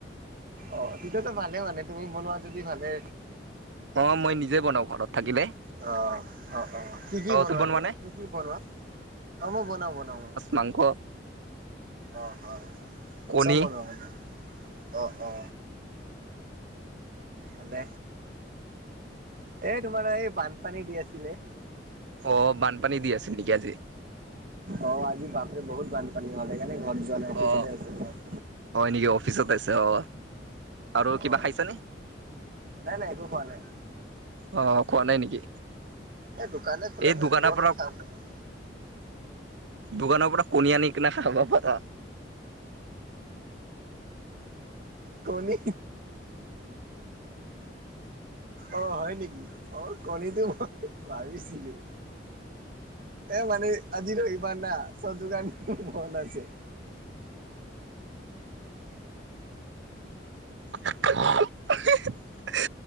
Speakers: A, on the right; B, on the right.
A: অ তেতিয়াতো ভালে মানে তুমি বনোৱা যদি ভালে
B: অ মই নিজে বনাওঁ ঘৰত থাকিলে
A: অ অ অ কি কি
B: অ
A: বনো
B: তুমি বনোৱা নে
A: কি কি বনোৱা, অ মই বনাও বনাও মই
B: মাংস
A: অ হয়
B: কণী
A: চব বনোৱা মানে অ অ ভালে এ তোমাৰ এই বানপানী দি আছিলে
B: অ বানপানী দি আছে নেকি আজি
A: অ আজি বাপৰে বহুত বানপানী হ'ল সেইকাৰণে ঘৰত যোৱা নাই অফিচতে
B: অ
A: আছে ঘ
B: হয় নেকি অফিচত আছে অ আৰু কিবা
A: অ
B: খাইছে নে?
A: নাই নাই একো পোৱা নাই।
B: অ খোৱা নাই নেকি
A: এই দোকানে খোলা
B: এই
A: নাই
B: দোকানৰ
A: ক'ত
B: পৰা,
A: খাম তোমাৰ
B: দোকানৰ পৰা কণী আনি কিনে খাব পাৰ
A: কণি অ হয় নেকি, অ কণীটো ভাবিছিলোঁ এ মানে আজি ৰবি বা না চব দোকান বন্ধ আছে
B: <unintelligible>